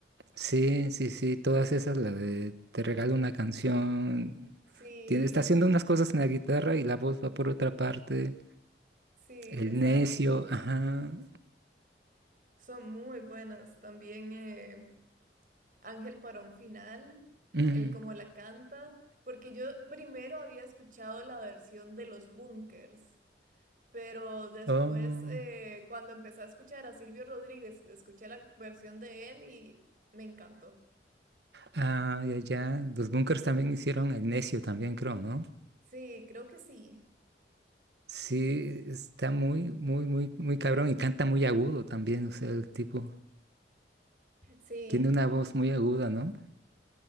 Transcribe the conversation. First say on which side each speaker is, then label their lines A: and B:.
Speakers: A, on the right; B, on the right.
A: Sí, sí, sí, todas esas, la de te regalo una canción.
B: Sí,
A: Tiene, está haciendo unas cosas en la guitarra y la voz va por otra parte.
B: sí,
A: El
B: exacto.
A: necio, ajá.
B: Son muy buenas también. eh, Ángel para un final,
A: mm,
B: el cómo la canta, porque yo primero había escuchado la versión de los Bunkers, pero después
A: Oh,
B: eh, cuando empecé a escuchar a Silvio Rodríguez, escuché la versión de él y me encantó.
A: ah, ya, ya. Los Bunkers también hicieron el necio también, creo, ¿no?
B: Sí, creo que sí.
A: Sí, está muy, muy, muy, muy cabrón y canta muy agudo también, o sea, el tipo
B: Sí,
A: tiene una voz muy aguda, ¿no?